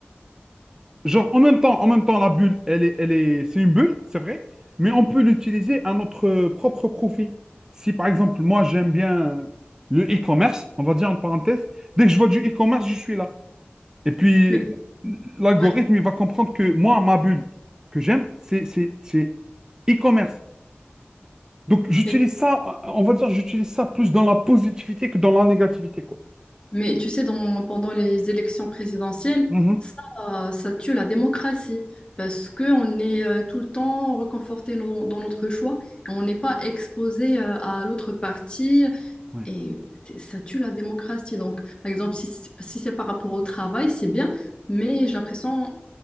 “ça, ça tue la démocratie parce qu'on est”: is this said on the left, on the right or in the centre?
Left